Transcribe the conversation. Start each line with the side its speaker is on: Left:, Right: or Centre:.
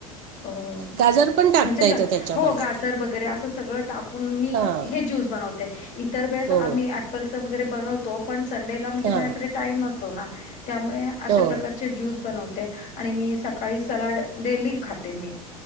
Left: अ
Right: गाजर पण टाकता
Left: म्हणजे
Right: येतं
Left: त्यात
Right: त्याच्यामध्ये
Left: हो गाजर वगैरे असं सगळं टाकु मी
Right: हां
Left: हे ज्यूस बनवते इतर वेळेस
Right: हो
Left: आम्ही ऑप्पलच वगैरे बनवतो. पण संडेला म्हणजे
Right: हां
Left: माझ्याकडे टाईम असतो ना त्यामुळे अशा
Right: हो
Left: प्रका ज्यूस बनते आणि मी सकाळी सलाड डेली खाते मी.